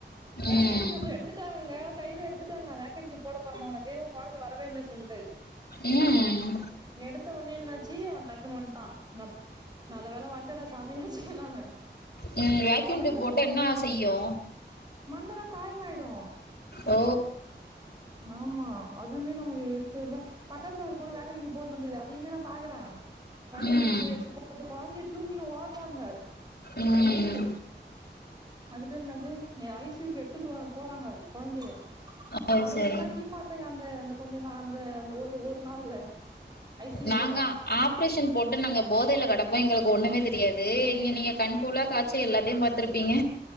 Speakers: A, on the right; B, on the left.
A: வேக்கண்
B: ம்.
A: டியூப் எடுத்துட்டாங்கங்க கைலஎடுத்துட்டாங்க வேகன்யுப் போட போறம உனக்கு ஒ கொழந்தை வரவே இல்ல சொல்ட்டு
B: ம்
A: எடுத்த ஒன்னே என்னாச்சு அவெ டக்குன்னு வன்டா நப் நல்ல வேல வந்டடா சாமி நெனச்சேன்நானு
B: ம் வேக்யூம்
A: கொழந்தை
B: டியூப் போட்டா
A: முக்கு
B: என்ன செய்யு
A: மண்டெல்லா காயமாயிடு
B: ஓ
A: ஆமா அது நமக்கு இருக்கு இல்ல பக்கத்துல ஒரு பொண்ணு வேக்கண் டியூப் போட்டுட்டு இருந்துது அதையுமே நா பாக்குறேன் வக்கண்டியூப்
B: ம்
A: அப்டி எடுத்து போட்டு கொழந்தையை தூக்கினு ஓடுறாங்க
B: ம்
A: இதுக்கு அது பேர் என்னது ஐ சி யுக்கு எடுத்து போறாங்க கொழந்தைய
B: அது
A: அடா
B: சரி
A: எல்லாத்தையும் பாத்தேங்க அந்த அந்த கொஞ்ச நாள் அந்த அந்த ஒரு ஒரு நாள்ல ஐ சி யூல
B: நாங்க ஆப்ரேஷன் போட்டு நாங்க போதையில கெடப்போ எங்களுக்கு ஒண்ணுமே தெரியாது இங்க நீங்க கண் கொள்ளா காட்சி எல்லாத்தையும் பாத்திருப்பீங்க